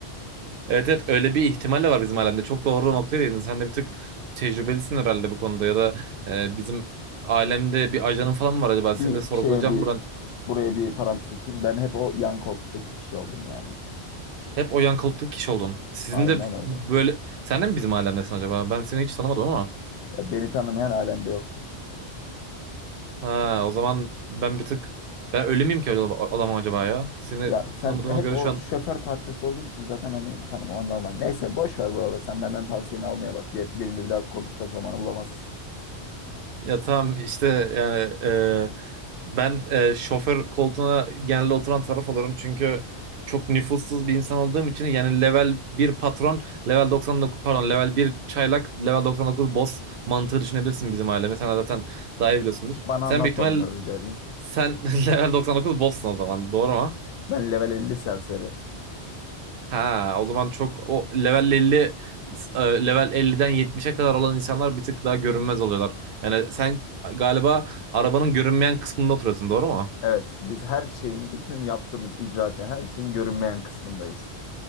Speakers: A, on the right; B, on the left.
A: Evet evet öyle bir ihtimal de var bizim alemde. Çok doğru noktaya değindin. Sen de bir tık tecrübelisin herhalde bu konuda ya da e, bizim alemde bir ajanın falan mı var acaba?
B: Bir
A: Seni de sorgulayacağım
B: şeye bir
A: buradan.
B: buraya bir parantez açayım. Ben hep o yan koltuktaki kişi oldum yani.
A: Hep o yankalıklı kişi oldun. Sizin
B: Aynen
A: de
B: öyle.
A: böyle... Sen de mi bizim alemdesin acaba? Ben seni hiç tanımadım ama.
B: Ya beni tanımayan alemde yoktur.
A: Ha, o zaman ben bir tık... Ben ölü müyüm ki acaba, alamam acaba ya? Seni
B: Ya sen
A: tanımadığıma
B: hep
A: göre
B: o
A: şu an...
B: şoför parçası olduğun için zaten hani tanımaman normal. Neyse boş ver buraları. Sen benden tavsiyeni almaya bak. Bir, benimle bir daha konuşacak zamanı bulamazsın.
A: Ya tamam işte yani e, Ben e, şoför koltuğuna genelde oturan taraf olurum çünkü çok nüfussuz bir insan olduğum için yani level bir patron, level 99 pardon level bir çaylak, level 99 boss mantığı düşünebilirsin bizim aileme. Sen zaten daha iyi biliyorsundur.
B: Bana
A: Sen
B: anlatma
A: büyük ihtimal
B: bunları rica edeyim.
A: sen <laughs> level 99 boss'sun o zaman doğru mu?
B: Ben level elli serseri.
A: Ha o zaman çok o level 50 e, level 50'den 70'e kadar olan insanlar bir tık daha görünmez oluyorlar. Yani sen galiba arabanın görünmeyen kısmında oturuyorsun doğru mu?
B: Evet, biz her şeyin, bütün yaptığımız icraatın, her şeyin görünmeyen kısmındayız.